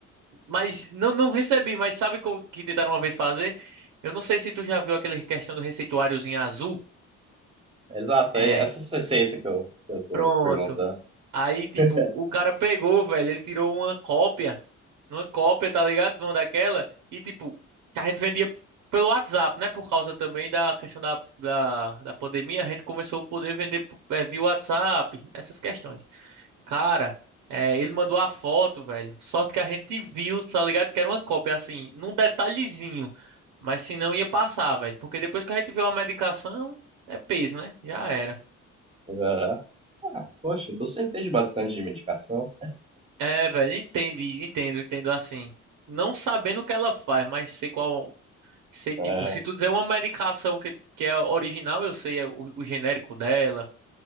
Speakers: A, on the right; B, on the right.
A: mas não, não recebi, mas sabe o que tentaram uma vez fazer? Eu não sei se tu já viu aquela questão do receituáriozinho azul.
B: Exato,
A: É,
B: é essas receitas que eu, que eu tô
A: pronto.
B: perguntando.
A: Aí, tipo,
B: <laughs>
A: o cara pegou, velho, ele tirou uma cópia numa cópia, tá ligado? Uma daquela. E tipo, que a gente vendia pelo WhatsApp, né? Por causa também da questão da, da, da pandemia, a gente começou a poder vender por- eh, via WhatsApp, essas questões. Cara, eh, ele mandou a foto, velho. Sorte que a gente viu, tá ligado? Que era uma cópia, assim, num detalhezinho. Mas se não ia passar, velho. Porque depois que a gente viu a medicação, é peso, né? Já era.
B: Aham. Ah, poxa, então você fez bastante de medicação.
A: É, velho, entende, entendo, entendo assim. Não sabendo o que ela faz, mas sei qual. Sei, tipo,
B: Aham.
A: se tu dizer uma medicação que, que é original, eu sei é o, o genérico dela.